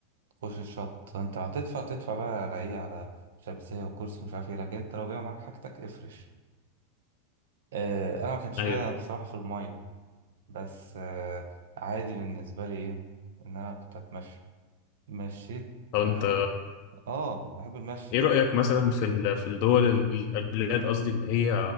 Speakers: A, on the right; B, on the left.
A: خش الشط انت هتدفع تدفع بقى على ايه على شمسية وكرسي ومش عارف ايه لكن انت لو جاي معاك حاجتك افرش اه انا ما كانش
B: أيوه
A: ليا بصراحة في المية بس اه عادي بالنسبة لي ايه ان انا كنت هتمشى مشيت
B: طب أنت
A: اه آه، بحب المشي
B: إيه رأيك مثلا في ال- في الدول ال- ال- البلاد قصدي اللي هي